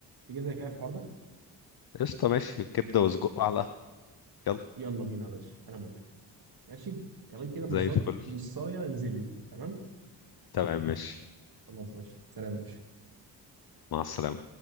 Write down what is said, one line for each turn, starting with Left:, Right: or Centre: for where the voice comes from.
Right: تيجي زي كده في الحوار ده
Left: قشطة ماشي كبدة وسجق على يلا
Right: يلا بينا يا باشا أنا موافق ماشي كمان كده بالظبط
Left: زي الفل
Right: نصاية انزل لي تمام
Left: تمام ماشي
Right: خلاص ماشي سلام يا باشا
Left: مع السلامة